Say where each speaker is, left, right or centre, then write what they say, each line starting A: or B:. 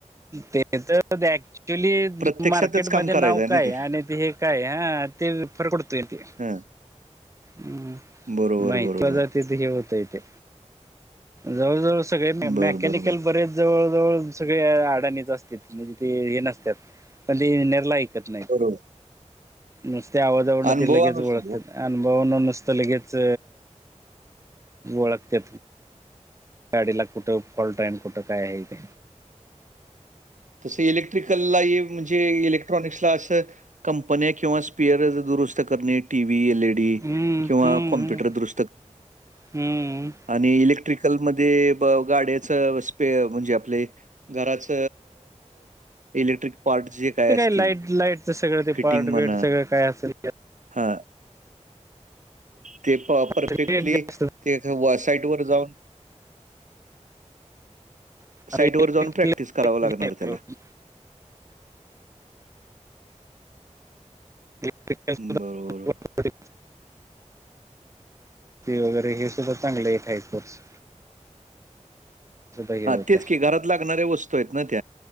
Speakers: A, on the right; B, on the right.
A: ते तर ऍक्च्युली
B: प्रत्यक्षातच
A: मार्केटमध्ये
B: काम करायचं
A: नाव
B: आहे
A: काय
B: ना ते.
A: आणि ते.. काय हा ते फरकडतोय ते
B: हां.
A: हम्
B: बरोबर,
A: महित्वा
B: बरोबर.
A: जात हे गतयते जवळ जवळ सगळे
B: बरं,
A: मॅकॅनिकल
B: बरं, बरं.
A: बरे जवळ जवळ सगळे आडाणीच असत म्हणजे ते हे नसतात पण ते नेरलाय नाही
B: बरोबर.
A: नुसते आवाजवड
B: अनुभवानुसार
A: ति लगेच ओळखत
B: हो.
A: अनुभव न नुसतं लगेच ओळखते गाडीला कुठं फॉल्ट आहे कुठं काय आहे इथे
B: तस इलेक्ट्रिकलला ण इलेक््र कंपन किंवा दुरुी् एल
A: हम्म
B: किं
A: हम्म
B: कमपुटर दरु
A: हम्म
B: आणि इलेक्ट्रिकलमध्येध्ये गाड्याच स्पे म्हणजे आपले घराच इलेक्ट्रिक पार्टस जे काय
A: ते
B: असतील
A: लाईट लाईटच सगळं ते
B: फिटिंग
A: पार्ट
B: म्हणा
A: वेट सगळं काय असेल
B: हा ते प परफेक्टली
A: जास्त
B: ते साईट वर जाऊन
A: इलेक्ट्रिक
B: साईड वर जाऊन प्रॅक्टिस कराव लागणार त्याला
A: इलेक्ट्रिकल सुद्धा
B: बरोबर. हो.
A: वगैरे हे सुद्धा चांगले यार्स हे होते
B: तेच क घरात लाग्या वतू आहेत